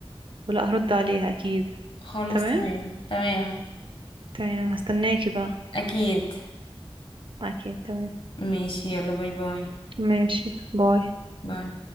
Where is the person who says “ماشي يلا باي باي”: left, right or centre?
Left